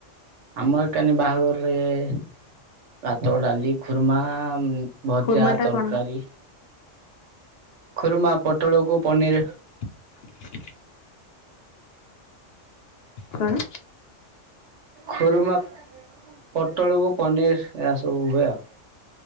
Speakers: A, on the right; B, on the left.
A: ଆମ ଏକାନି ବାହାଘରରେ ଭାତ, ଡ଼ାଲି ଖୁର୍ମା, ଭଜା,
B: ଖୁର୍ମା ଟା
A: ତରକାରୀ
B: କଣ
A: ଖୁରୁମା ପୋଟଳକୁ ପନିର୍
B: <inaudible> କଣ?
A: ଖୁରୁମା ପୋଟଳକୁ ପନିର୍ ଏହାସବୁ ହୁଏ ଆଉ।